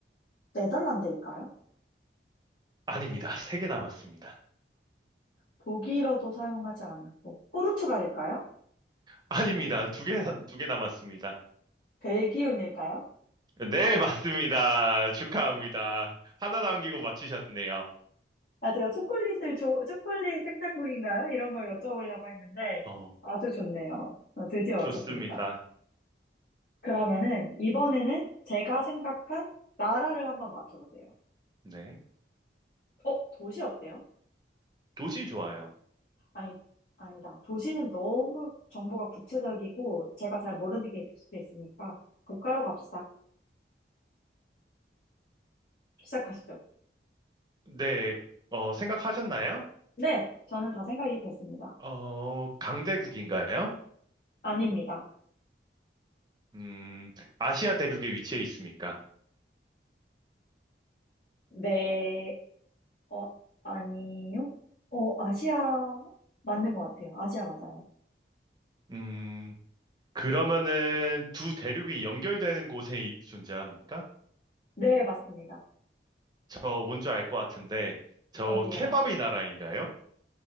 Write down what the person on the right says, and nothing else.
아닙니다. 세 개 남았습니다.
아닙니다. 두 개, 두 개 남았습니다.
네, 맞습니다. 축하합니다. 하나 남기고 맞히셨네요.
어,
좋습니다.
네.
도시 좋아요.
네, 어, 생각하셨나요?
어, 강대국인가요?
음, 아시아 대륙에 위치해 있습니까?
음, 그러면은 두 대륙이 연결되는 곳에 이- 존재합니까?
저 뭔지 알 것 같은데, 저
케밥이 나라인가요?